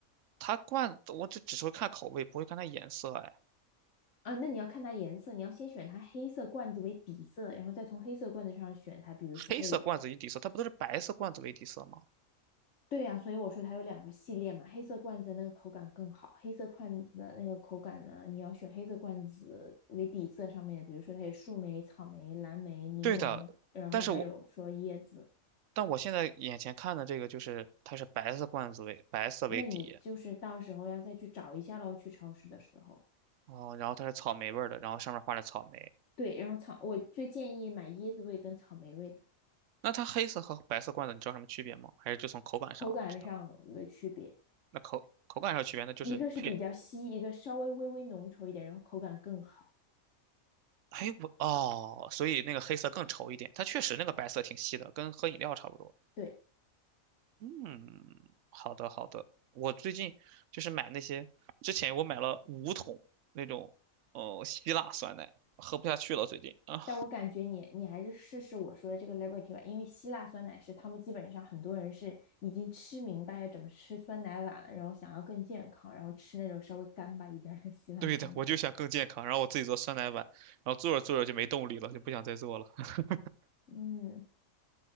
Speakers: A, on the right; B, on the left.
A: 它罐子我只只是会看口味，不会看它颜色。哎，
B: 啊，那你要看它颜色，你要先选它黑色罐子为底色，然后再从黑色罐子上选它。比如说它有
A: 黑色罐子与底色，它不都是白色罐子为底色吗？
B: 对呀、所以我说它有两个系列嘛，黑色罐子那个口感更好。黑色罐子的那个口感呢，你要选黑色罐子为底色上面的，比如说它有树莓、草莓、蓝莓、柠檬，
A: 对的，
B: 然后还有说椰子。
A: 但是我但我现在眼前看的这个就是它是白色罐子为白色为底，
B: 那你就是到时候要再去找一下喽，去超市的时候。
A: 哦，然后它是草莓味儿的，然后上面画着草莓。
B: 对，然后草，我最建议买椰子味跟草莓味的，
A: 那它黑色和白色罐子你知道什么区别吗？还是就从口感上知道？
B: 口感上的区别，
A: 那口口感上有区别，那就是配。
B: 一个是比较稀，一个稍微微微浓稠一点，然后口感更好。
A: 哎，我哦，所以那个黑色更稠一点，它确实那个白色挺稀的，跟喝饮料差不多。
B: 对。
A: 嗯，好的好的，我最近就是买那些，之前我买了五桶那种，哦，希腊酸奶，喝不下去了最近啊。
B: 但我感觉你你还是试试我说的这个 Liberty 吧，因为希腊酸奶是他们基本上很多人是已经吃明白要怎么吃酸奶碗了，然后想要更健康，然后吃那种稍微干巴一点的希腊酸奶。
A: 对的，我就想更健康，然后我自己做酸奶碗，然后做着做着就没动力了，就不想再做了。<laughs>
B: 嗯，